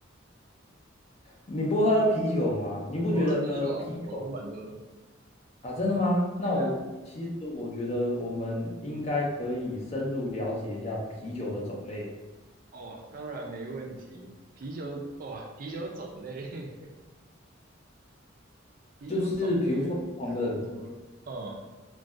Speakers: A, on the left (about 35°); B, on the right (about 45°).
A: 你不喝啤酒吗？
B: <laughs>
A: 你不觉得啤酒
B: 我喝啤酒啊，我喝蛮多的。
A: 啊，真的吗？那我其实我觉得我们应该可以深入了解一下啤酒的种类，
B: 对啊，哦，当然没问题。啤酒，哇、啤酒种类，<laughs> 啤酒种类可多了。
A: 就是比如说不同的
B: 嗯，